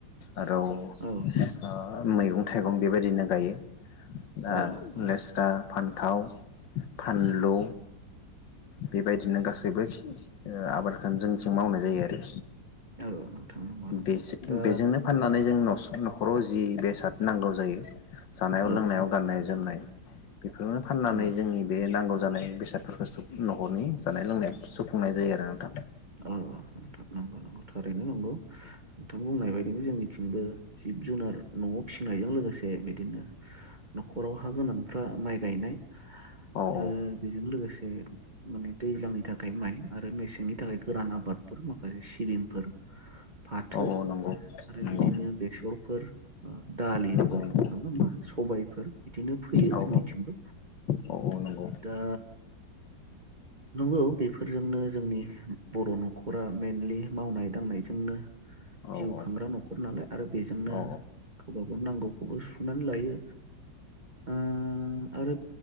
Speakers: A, on the left (about 70°); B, on the right (about 30°).
A: आरो ओ
B: औ
A: मैगं थाइगं बेबायदिनो गायो दा
B: औ औ
A: लेस्रा फान्थाव फानलु बेबायदिनो गासैबो आबादखौनो जोंथिं मावनाय जायो आरो
B: औ नंगौ नंगौ
A: बे
B: दा
A: बेजोंनो फाननानै जों न'खराव जि बेसाद नांगौ जायो जानायाव
B: औ
A: लोंनायाव गाननाय जोमनाय <inaudible> बेफोरनो फाननानै
B: औ
A: जोंनि बे नांगौ जानाय बेसादफोरखौ न'खरनि जानाय लोंनायाव सुफुंनाय जायो आरो नोंथां
B: अ हथ नंगौ नंगौ थारैनो नौगौ नोंथां बुंनाय बायदि बेनो जोंनिथिंबो जिब जुनार न'आव फिसिनायजों लोगोसे बिदिनो न'खराव हा गोनांफ्रा माइ गायनाय
A: औ
B: आरो
A: औ
B: बेजों लोगोसे <unintelligible> माने दैज्लांनि थाखाय माइ आरो मेसेंनि थाखाय गोरान आबादफोर माखासे सिबिंफोर फाथो
A: औ औ नंगौ
B: आरो
A: नंगौ
B: बिदिनो बेसरफोर दालिफोर
A: नंगौ नंगौ
B: नङा होमबा सबायफोर बिदिनो फैयो
A: औ
B: जोंनिथिंबो
A: औ औ नंगौ
B: दा नंगौ बेफोरजोंनो जोंनि बर' न'खरा मेइेनलि मावनाय दांनायजोंनो
A: औ औ
B: जिउ खांग्रा न'खर नालाय आरो बेजोंनो
A: औ
B: गावबा गा नांगौखौबो सुनानै लायो ओ आरो